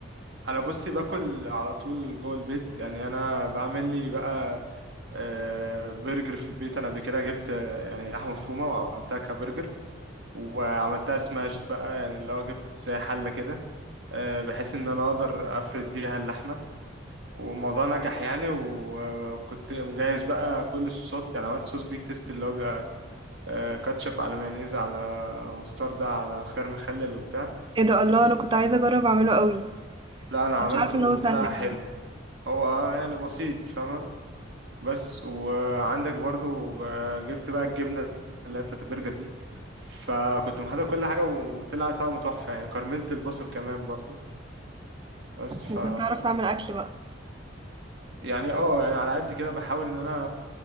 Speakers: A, on the right; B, on the right.
A: انا بصي باكل على طول جوه البيت يعني انا بعمل لي بقى آه، برجر في البيت انا قبل كده جبت آه، يعني لحمه مفرومه وعملتها كبرجر وعملتها سماشت بقى يعني اللي هو جبت زي حله كده آه، بحيث ان انا اقدر افرد بيها اللحمه والموضوع نجح يعني وكنت مجهز بقى كل الصوصات يعني عملت صوص بيك تيستي اللي هو بيبقى آه، كاتشب على مايونيز على مستردة على خيار مخلل وبتاع
B: ايه ده الله انا كنت عايزه اجرب اعمله قوي
A: لا انا عملته
B: مش عارفه ان
A: وطلع
B: هو سهل كده
A: حلو هو يعني بسيط فاهمة بس وعندك برضو آه، جبت بقى الجبنة اللي هي بتاعت البرجر دي فكنت محضر كل حاجة وطلع طعمه تحفة يعني كرملت البصل كمان برضو بس ف
B: انت بتعرف تعمل اكل بقى
A: يعني اه يعني على قد كده بحاول ان انا